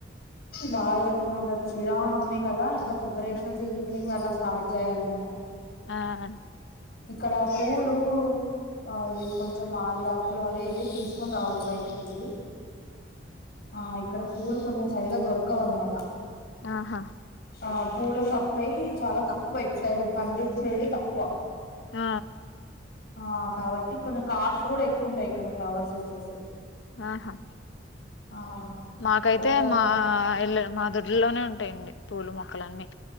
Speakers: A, on the left (about 55°); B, on the left (about 75°).
A: బాగా జరుపుకున్నాం రేపు శ్రీరావనవమి కదా ఇంకా ప్రిపరేషన్స్
B: ఆ
A: ఈవినింగ్ అలా స్టార్ట్ చేయాలి ఇంకా
B: ఆ హా
A: ఇక్కడ పూలు ఆ అవి కొంచెం మావిడాకులు ఇలా అవి వెళ్ళి తీసుకుని రావాలి బయటికెళ్ళి ఆ ఇక్కడ పూలు కొంచెం సరిగా దొరకవ అనమాట
B: ఆహా
A: ఆ పూల షాప్ ఇటు సైడ్ పూలు చాలా తక్కువ ఇటు సైడ్ పండించేది తక్కువ
B: ఆ
A: ఆ కాబట్టి కొంచెం కాస్ట్ కూడా ఎక్కుఉంటాయి ఇక్కడ ఫ్లవర్స్ వచ్చేసి
B: ఆహా
A: ఆ
B: మాకైతే
A: ఒక
B: మా ఇళ్లలో మా దొడ్లలోనే ఉంటాయండి పూల మొక్కలన్నీ